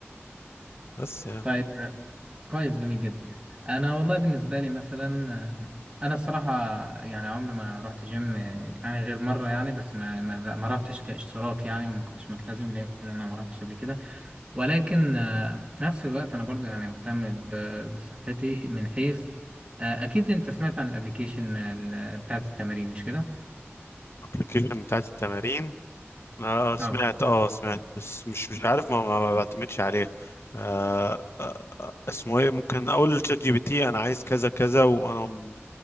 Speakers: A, on the left; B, on the right.
A: بس يعني
B: طيب آه، كويس جميل جدا انا والله بالنسبه لي مثلا آه، انا الصراحه يعني عمري ما رحت جيم آه، يعني غير مره يعني بس ما ما ما رحتش كاشتراك يعني وما كنتش ملتزم لان انا ما رحتش قبل كده ولكن آه، في نفس الوقت انا برضو يعني مهتم ب- بصحتي من حيث آه، اكيد انت سمعت عن الابليكيشن بتاعت التمارين مش كده
A: الابلكيشن بتاعت التمارين اه سمعت
B: اه
A: اه سمعت بس مش مش عارف ما, ما, ما بعتمدش عليها آه آه، اسمه ايه ممكن اقول للشات جي بي تي انا عايز كذا كذا وانا م-